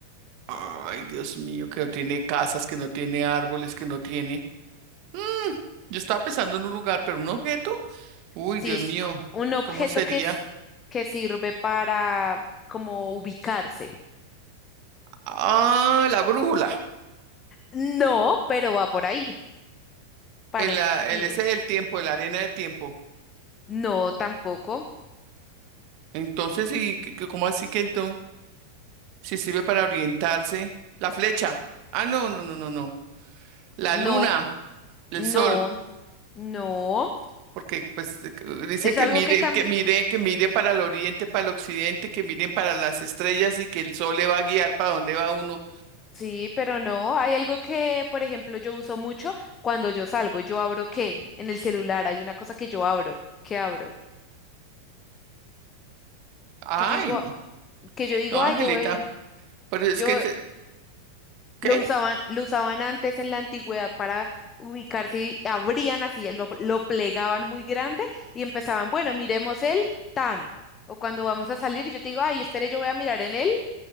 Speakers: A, on the right (about 45°); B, on the left (about 25°).
A: Ay, Dios mío, que no tiene casas, que no tiene árboles, que no tiene. Mm, Yo estaba pensando en un lugar, pero un objeto. Uy,
B: Sí,
A: Dios
B: es
A: mío,
B: c- un objeto
A: ¿cómo sería?
B: que es, que sirve para como ubicarse.
A: Ah, la brújula.
B: No, pero va por ahí, parecido.
A: El, ah, el ese del tiempo, la arena del tiempo.
B: No, tampoco.
A: Entonces, ¿y qué- qué- cómo así que entonces? Si sirve para orientarse. La flecha. Ah, no, no, no, no, no. La
B: No,
A: luna, el
B: no,
A: sol,
B: no.
A: porque pues eh, que- dicen
B: Es
A: que
B: algo
A: mire,
B: que también,
A: que mire, que mire para el oriente, para el occidente, que miren para las estrellas y que el sol le va a guiar para dónde va uno.
B: sí, pero no. Hay algo que, por ejemplo, yo uso mucho cuando yo salgo. ¿Yo abro qué? En el celular hay una cosa que yo abro. ¿Qué abro?
A: Ay,
B: Que yo digo,
A: no,
B: que yo digo,
A: no, Angelita,
B: ay, yo voy.
A: pero es
B: yo.
A: que, se- ¿qué?
B: Lo usaban, lo usaban antes en la antigüedad para ubicarse y abrían así, lo, lo plegaban muy grande y empezaban, bueno, miremos el tan. O cuando vamos a salir, yo te digo, ay, espere, yo voy a mirar en él.